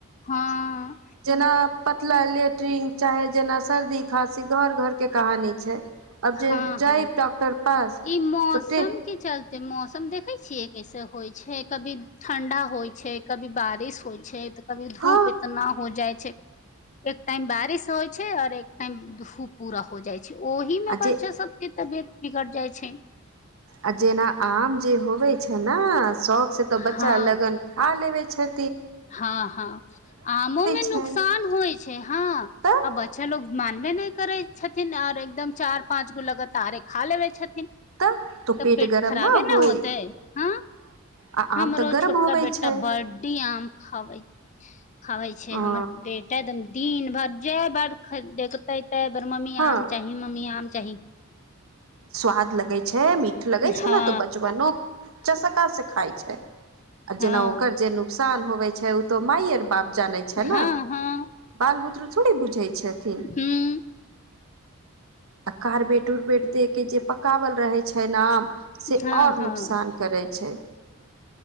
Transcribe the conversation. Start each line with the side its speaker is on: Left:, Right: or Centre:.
Left: हँ
Right: जेना पतला लेट्रिन चाहे जेना सर्दी खाँसी घर घर के कहानी छै अब जे
Left: हँ
Right: जाइब
Left: हँ
Right: डॉक्टर पास
Left: ई मौसम
Right: तऽ
Left: के चलते तऽ मौसम देखै छियै कैसे होइ छै कभी ठण्डा होइ छै कभी बारिश होइ छै तऽ कभी धूप
Right: हँ
Left: इतना हो जाइ एक टाइम बारिश होइ छै आऔर एक टाइम धूप पूरा हो जाइ छै ओ
Right: आ
Left: बच्चा
Right: जे
Left: सबके तबियत बिगड़ जाइ छै
Right: आ जेना आम जे होवे छै ने शौक से तऽ बच्चा
Left: हँ
Right: लगन खा लेबे क्ष
Left: हँ हँ आमो मे
Right: छै
Left: नुकसान होइ छै हँ
Right: तऽ
Left: आ बच्चा लोग मानबे नहि करै छथिन आओर एकदम चारि पाँच गो लगातारे खा लेबै छथिन
Right: तऽ तो
Left: तऽ पेट
Right: गरम
Left: खराबे
Right: होइ
Left: न होतै हँ
Right: आ
Left: हमरो
Right: आम तऽ गरम
Left: छोटा
Right: होवे
Left: बेटा
Right: छै
Left: बर्डी आम खाबै छै
Right: हँ
Left: हमर बेटा एकदम दिन भरि जा बेर देखतै ता बेर मम्मी
Right: हँ
Left: आम चाही मम्मी आम चाही
Right: स्वाद लगे छै मीठ लगे छै
Left: हँ
Right: ने त बचबनो चसका से खााय छै आ
Left: हँ
Right: जेना ओकर जे नुकसान होवे छै ओ तो मायइ आर बाप जानै छै
Left: हँ
Right: ने
Left: हँ
Right: बाल बुदरू थोड़े बुझै छथिन
Left: हूँ
Right: आ कारबेट उरबेट दे के जे पकावल रहे छै ना आम से
Left: हँ
Right: आओर
Left: हँ
Right: नुकसान करैत छै